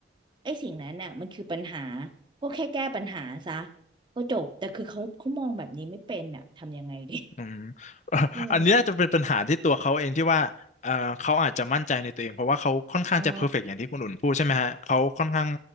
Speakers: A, on the right (about 25°); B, on the left (about 40°).
A: ไอ้สิ่งนั้นน่ะมันคือปัญหาก็แค่แก้ปัญหาซะก็จบแต่คือเขาเขามองแบบนี้ไม่เป็นอ่ะทำยังไงดี
B: อืม <laughs> เอ่ออันนี้น่าจะเป็นปัญหาที่ตัวเขาเองที่ว่าเอ่อเขาอาจจะมั่นใจในตัวเองเพราะว่าเขาค่อนข้างจะเพอร์เฟกต์อย่างที่คุณอุ่นพูดใช่ไหมฮะเขาค่อนข้าง
A: อืม <laughs> อ๋อ